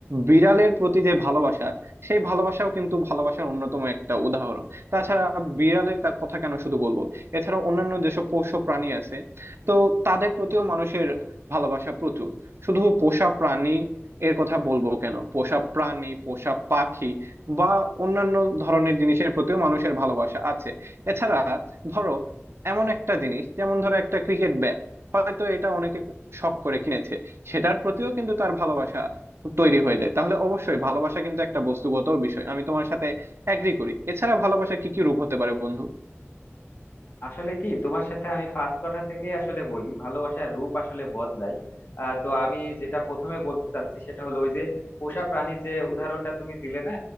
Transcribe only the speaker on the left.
আসলে কি তোমার সাথে আমি ফার্স্ট কথা থেকে আসলে বলি ভালোবাসার রূপ আসলে বদলায় আহ, তো আমি যেটা প্রথমে বলতে চাচ্ছি সেটা হলো ওই যে পোষা প্রাণীর যে উদাহরণটা তুমি দিলে না